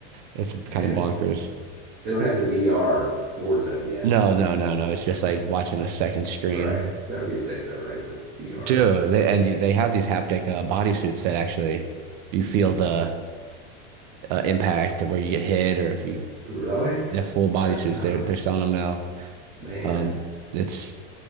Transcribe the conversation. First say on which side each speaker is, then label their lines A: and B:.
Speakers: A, on the right (about 40°); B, on the right (about 25°).
A: It's
B: man.
A: kind of bonkers.
B: They don't have the VR Warzone yet,
A: No, no, no, no. It's just like watching a second screen
B: right? That would be sick though, right? The VR.
A: dude. They, and you, they have these haptic uh, bodysuits that actually you feel the uh, impact where you get hit or if you
B: Really?
A: the full bodysuits.
B: Uh, oh
A: They're they're selling them now.
B: Man,
A: Um, it's